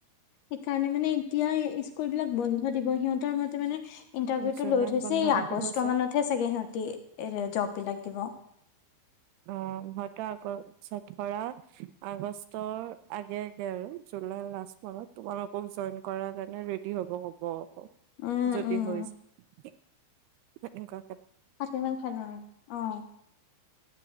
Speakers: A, on the left (about 70°); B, on the right (about 80°).
A: সেইকাৰণে মানে এতিয়া স্কুল বিলাক বন্ধ দিব সিহঁতৰ মতে মানে ইন্টাৰভিউটো
B: জুনত
A: লৈ থৈছে
B: বন্ধ
A: এই
B: থাকিব
A: আগষ্ট
B: যে।
A: মানতহে চাগে সিহঁতি এ জব বিলাক দিব
B: অ হয়টো আগৰ ধৰা আগষ্টৰ আগে আগে আৰু জুলাইৰ লাষ্ট মাহত তোমালোকক জ জইন কৰা কাৰণে ৰেডি হ'ব ক'ব
A: উম
B: যদি
A: উম
B: হৈছে সেনুকা
A: আতি ম খাল অ